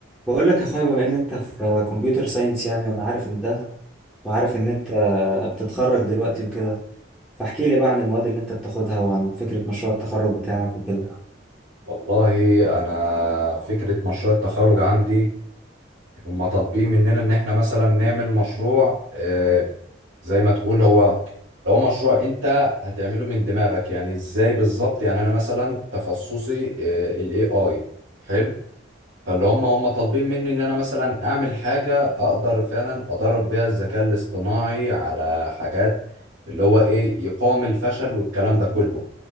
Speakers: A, in the centre; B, on the right.
A: بقول لك يا اخويا بما ان انت في كمبيوتر ساينس يعني وانا عارف ان ده وعارف ان انت بتتخرج دلوقتي وكده فاحكي لي بقى عن المواد اللي انت بتاخدها وعن فكرة مشروع التخرج بتاعك وكده
B: والله انا فكره مشروع التخرج عندي هم طالبين مننا ان احنا مثلا نعمل مشروع آه، زي ما تقول هو لو مشروع انت هتعمله من دماغك يعني ازاي بالظبط يعني انا مثلا تخصصي الاي اي حلو فاللي هم هم طالبين مني ان انا مثلا اعمل حاجه اقدر فعلا ادرب بيها الذكاء الاصطناعي على حاجات اللي هو ايه يقاوم الفشل والكلام ده كله